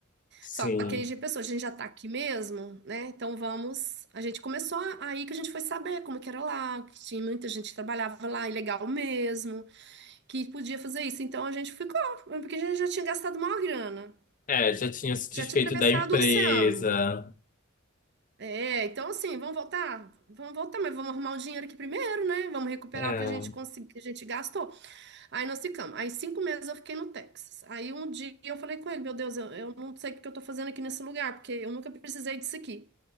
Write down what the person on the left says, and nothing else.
Sim.
É, já tinha se desfeito
da empresa.
É,